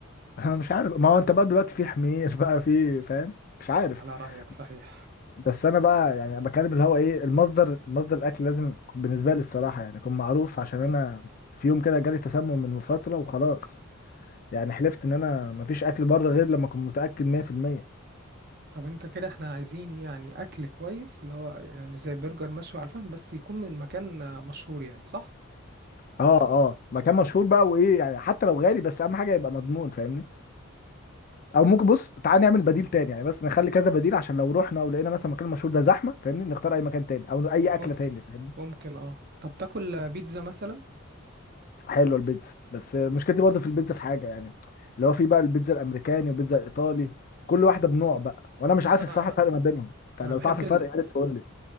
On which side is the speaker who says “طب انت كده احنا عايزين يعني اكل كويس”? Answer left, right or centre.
Right